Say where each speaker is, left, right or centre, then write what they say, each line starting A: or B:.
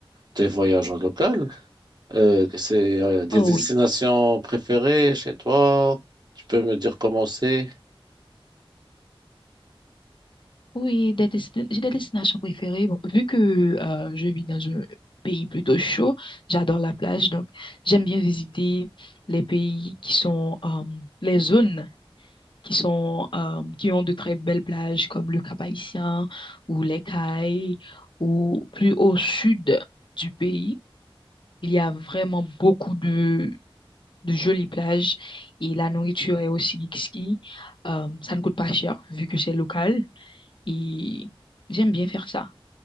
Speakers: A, on the right; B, on the left.
A: tes voyages en local. Euh, que c'est euh, des
B: oh
A: destinations
B: oui,
A: préférées chez toi? Tu peux me dire comment c'est?
B: oui, des desti- j'ai des destinations préférées. Bon, vu que euh, je vis dans un pays plutôt chaud, j'adore la plage, donc j'aime bien visiter les pays qui sont euh, les zones. qui sont, euh, qui ont de très belles plages comme le Cap-Haïtien ou les Cayes ou plus au sud du pays. Il y a vraiment beaucoup de, de jolies plages et la nourriture est aussi exquise. Euh, ça ne coûte pas cher vu que c'est local et j'aime bien faire ça.